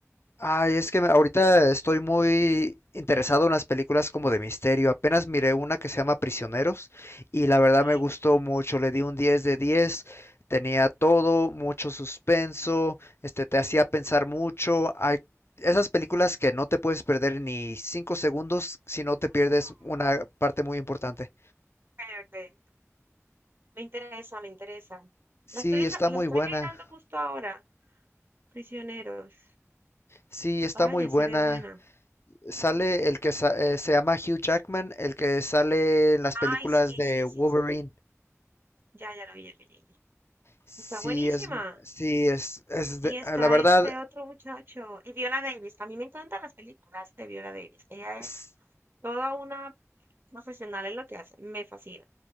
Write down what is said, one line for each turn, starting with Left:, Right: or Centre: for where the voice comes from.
Left: Ay, es que me- ahorita estoy muy interesado en las películas como de misterio. Apenas miré una que se llama Prisioneros y la verdad
Right: Sí,
Left: me gustó mucho. Le di un 10 de 10. Tenía todo, mucho suspenso, este te hacía pensar mucho. Hay esas películas que no te puedes perder ni 5 segundos si no
Right: Mm,
Left: te pierdes una parte muy importante.
Right: ok, ok. Me interesa, me interesa.
Left: Sí,
Right: La estoy,
Left: está
Right: yo- la
Left: muy
Right: estoy
Left: buena.
Right: mirando justo ahora. Prisioneros.
Left: Sí, está
Right: Vaya,
Left: muy buena.
Right: se ve buena.
Left: Sale el que sa- eh, se llama Hugh Jackman, el que sale en las películas
Right: Ay, sí,
Left: de
Right: sí,
Left: Wolverine.
Right: sí, sí. Ya, ya lo vi, ya lo vi.
Left: Sí,
Right: Está buenísima.
Left: es, sí, es, es de-
Right: Y está
Left: ah, la verdad,
Right: este otro muchacho. Y Viola Davis. A mí me encantan las películas de Viola Davis. Ella
Left: s-
Right: es toda una profesional en lo que hace. Me fascina.